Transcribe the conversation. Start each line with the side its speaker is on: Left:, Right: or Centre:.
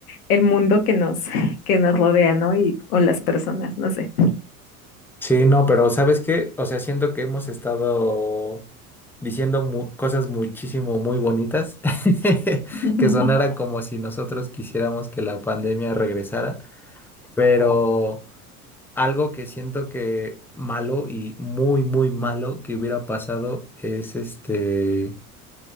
Left: el mundo que nos, que nos rodea, ¿no? Y, o las personas, no sé.
Centre: Sí, no, pero ¿sabes qué? O sea, siento que hemos estado diciendo mu- cosas muchísimo muy bonitas, <laughs>
Left: <laughs>
Centre: que sonara como si nosotros quisiéramos que la pandemia regresara, pero... Algo que siento que malo y muy, muy malo que hubiera pasado es este,